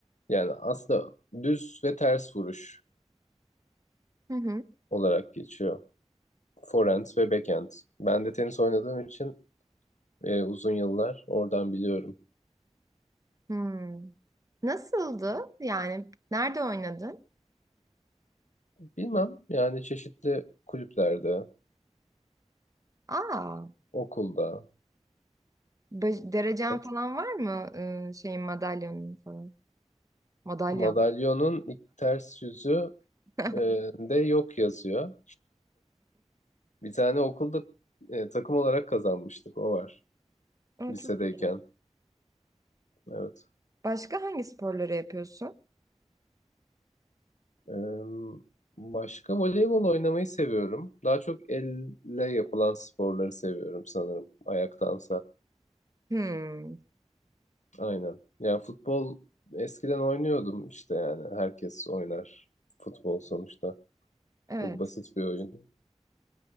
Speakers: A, on the left (about 80°); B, on the right (about 30°).
A: yani aslında düz ve ters vuruş
B: Hı hı.
A: olarak geçiyor. Forehand ve backhand. Ben de tenis oynadığım için e, uzun yıllar oradan biliyorum.
B: Hmm. Nasıldı? Yani nerede oynadın?
A: Bilmem yani çeşitli kulüplerde,
B: Aa,
A: okulda,
B: bö- derecen
A: evet.
B: falan var mı? Ee, şeyin madalyonun falan. Madalyon.
A: Madalyonun ilk ters yüzü
B: <laughs>
A: e, de yok yazıyor. Bir tane okulda e, takım olarak kazanmıştık. O var.
B: Aa,
A: Lisedeyken.
B: çok iyi.
A: Evet.
B: Başka hangi sporları yapıyorsun?
A: E, başka voleybol oynamayı seviyorum. Daha çok elle yapılan sporları seviyorum sanırım. Ayaktansa.
B: Hmm.
A: Aynen. Yani futbol eskiden oynuyordum işte yani. Herkes oynar. Futbol sonuçta.
B: Evet.
A: Çok basit bir oyun.